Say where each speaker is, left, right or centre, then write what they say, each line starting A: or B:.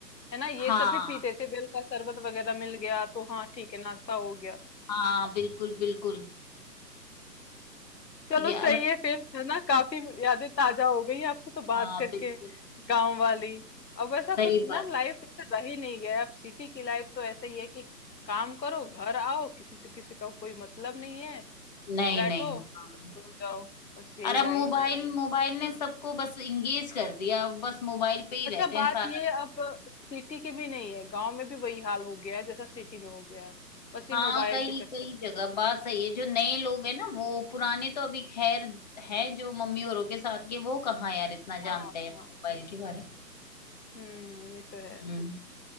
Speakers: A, on the left; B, on the left.
A: है ना ये
B: हाँ
A: सब भी पीते थे बेल का शरबत वगैरह मिल गया तो हाँ ठीक है नाश्ता हो गया
B: हाँ बिल्कुल बिल्कुल
A: चलो
B: यार
A: सही है फिर है ना काफी यादें ताजा हो गई आपसे तो बात
B: हाँ
A: करके
B: बिल्कुल
A: गांव वाली अब वैसा
B: सही
A: कुछ ना
B: बात
A: लाइफ जैसे रह ही नहीं गया अब सिटी की लाइफ तो ऐसे ही है कि काम करो घर आओ किसी से किसी का कोई मतलब नहीं है
B: नहीं
A: बस बैठो
B: नहीं हाँ।
A: बस सो जाओ बस यही
B: और अब
A: लाइफ
B: मोबाइल
A: है
B: मोबाइल ने सबको बस इंगेज कर दिया अब बस मोबाइल पे ही
A: अच्छा
B: रहते
A: बात
B: हैं सारा
A: ये अब सिटी की भी नहीं है गांव में भी वही हाल हो गया है जैसा सिटी में हो गया है बस ये
B: हाँ
A: मोबाइल
B: कई
A: के चक्कर
B: कई
A: में
B: जगह बात सही है जो नए लोग हैं ना वो पुराने तो अभी खैर है जो मम्मी औरों के साथ के वो कहाँ यार इतना
A: हाँ
B: जानते हैं
A: हाँ
B: मोबाइल
A: हाँ।
B: के बारे में।
A: हम्म ये तो है
B: हम्म